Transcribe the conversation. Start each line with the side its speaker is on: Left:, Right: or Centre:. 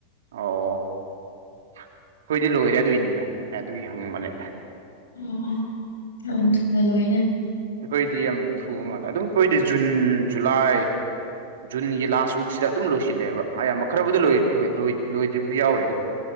Right: ꯑꯣ ꯑꯩꯈꯣꯏꯗꯤ ꯂꯣꯏꯔꯦ ꯑꯗꯨꯏꯅꯤꯗ ꯑꯗꯨꯒꯤ ꯍꯪꯕꯅꯤꯗ
Left: ꯎꯝ ꯌꯥꯝ ꯊꯨꯅ ꯂꯣꯏꯅꯦ
Right: ꯑꯩꯈꯣꯏꯗꯤ ꯌꯥꯝ ꯊꯨꯕ ꯃꯥꯜꯂꯦ ꯑꯗꯨꯝ ꯑꯩꯈꯣꯏꯗꯤ ꯖꯨꯟ ꯖꯨꯂꯥꯏ ꯖꯨꯟꯒꯤ ꯂꯥꯁ ꯋꯤꯛꯁꯤꯗ ꯑꯗꯨꯝ ꯂꯣꯏꯁꯤꯜꯂꯦꯕ <unintelligible> ꯈꯔꯕꯨꯗꯤ ꯂꯨꯏ ꯂꯣꯏ ꯂꯣꯏ ꯂꯣꯏꯗ꯭ꯔꯤꯕꯒꯥ ꯌꯥꯎꯔꯤꯗꯣ